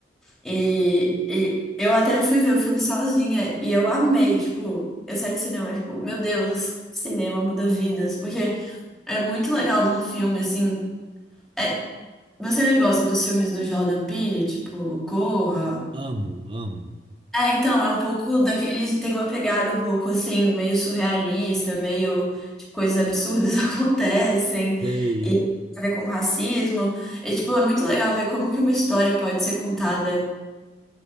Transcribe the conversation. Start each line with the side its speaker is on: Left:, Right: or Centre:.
Centre: E, e eu até fui ver o filme sozinha e eu amei, tipo, eu saí do cinema, tipo, meu Deus, cinema muda vidas, porque é muito legal ver um filme, assim. é- Você gosta dos filmes do Jordan Peele, tipo, Corra?
Right: Amo, amo.
Centre: É, então, é um pouco daquele. Tem uma pegada um pouco assim, meio surrealista, meio. Tipo, coisas absurdas <laughs> acontecem.
Right: Ei,
Centre: E tem a ver com racismo. E, tipo, é muito legal ver como que uma história pode ser contada